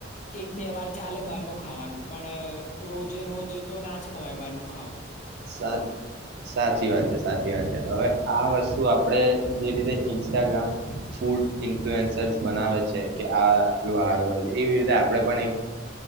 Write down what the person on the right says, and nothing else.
સા સાચી વાત છે સાચી વાત છે હવે આ વસ્તુ. આપડે જે રીતે ઇન્સ્ટાગ્રામ ફૂડ ઇન્ફ્લુએન્સર્ બનાવે છે. કે આ આટલું આહાર હોય. એવી રીતે આપડણે પણ એક